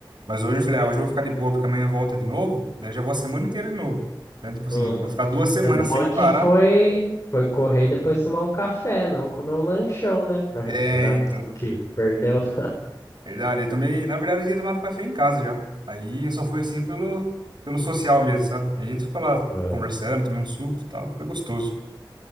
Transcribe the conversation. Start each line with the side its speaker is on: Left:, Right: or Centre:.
Right: Mas hoje eu falei, ah, hoje eu vou ficar de boa, porque amanhã volta de novo. Daí já vou a semana inteira de novo. Então, tipo assim,
Left: Uhum.
Right: eu vou ficar duas semanas
Left: O bom
Right: sem
Left: é que
Right: parar.
Left: foi, foi correr e depois tomar um café, não comer um lanchão, né? Pra recuperar
Right: É, então.
Left: tudo que perdeu. <laughs>
Right: Verdade, eu tomei. Na verdade, eu tinha tomado café em casa já. Aí eu só fui assim pelo, pelo social mesmo, sabe? A gente ficou lá
Left: Aham,
Right: conversando, tomei um suco e tal. Foi gostoso.